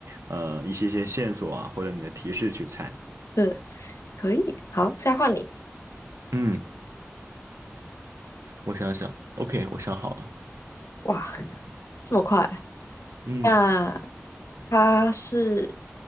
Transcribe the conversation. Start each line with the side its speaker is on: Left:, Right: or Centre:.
Right: 呃，一些些线索啊，或者你的提示去猜。
Left: 是可以。好，现在换你，
Right: 嗯。我想想，OK，我想好了，
Left: 哇，这么快，
Right: 嗯，
Left: 那。它是